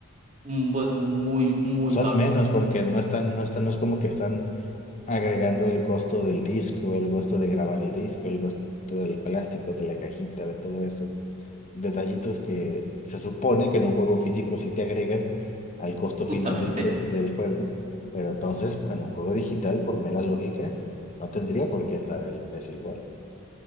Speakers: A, on the right; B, on the left.
A: mm, pues muy, muy
B: Son
A: bajos,
B: menos porque no están, no están, no es como que están agregando el costo del disco, el costo de grabar el disco, el costo del plástico, de la cajita, de todo eso. Detallitos que se supone que en un juego físico sí te agregan al costo final
A: justamente.
B: del, pre- del juego, pero entonces en un juego digital, por mera lógica, no tendría por qué estar el precio igual.